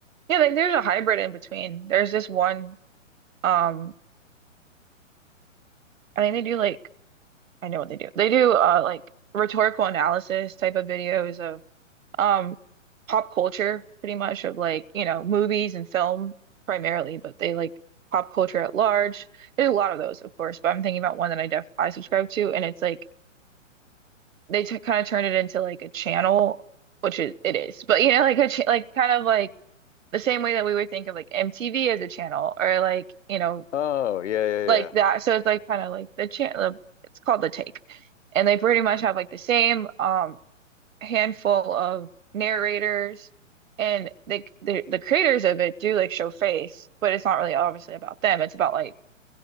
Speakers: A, on the right (about 80°); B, on the left (about 65°).
A: yeah, like there's a hybrid in between. There's this one um I think they do like I know what they do. They do uh like rhetorical analysis type of videos of um pop culture pretty much of like, you know, movies and film primarily, but they like pop culture at large. There's a lot of those, of course, but I'm thinking about one that I def I subscribe to and it's like they t kind of turn it into like a channel, which is it is. But you know, like a ch like kind of like the same way that we would think of like MTV as a channel or like, you know,
B: Oh, yeah, yeah,
A: like
B: yeah.
A: that. So it's like kind of like the chant. the- It's called the take, and they pretty much have like the same um handful of narrators, and they the the creators of it do like show face, but it's not really obviously about them. It's about like